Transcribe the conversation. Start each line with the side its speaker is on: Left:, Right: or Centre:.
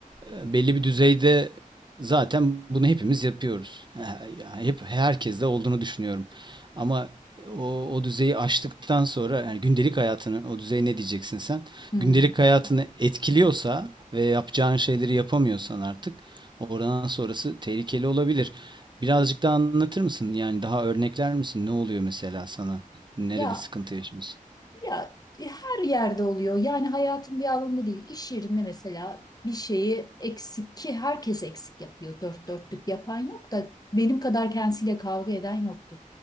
Right: e, belli bir düzeyde zaten bunu hepimiz yapıyoruz. He- Yani hep herkeste olduğunu düşünüyorum. Ama o, o düzeyi aştıktan sonra yani gündelik hayatını o düzey ne diyeceksin sen?
Left: Hmm.
Right: Gündelik hayatını etkiliyorsa ve yapacağın şeyleri yapamıyorsan artık oradan sonrası tehlikeli olabilir. Birazcık daha anlatır mısın? Yani daha örnekler misin? Ne oluyor mesela sana? Nerede
Left: Ya
Right: sıkıntı yaşıyorsun?
Left: Ya e, her yerde oluyor. Yani hayatın bir alanında değil. İş yerinde mesela bir şeyi eksik ki herkes eksik yapıyor. Dört dörtlük yapan yok da benim kadar kendisiyle kavga eden yoktur.